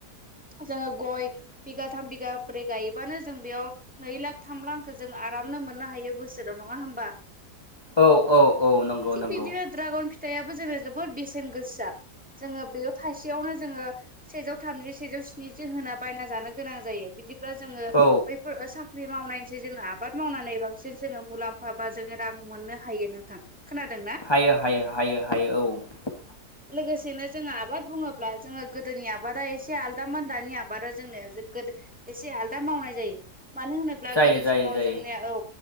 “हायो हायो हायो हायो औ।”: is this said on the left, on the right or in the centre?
Left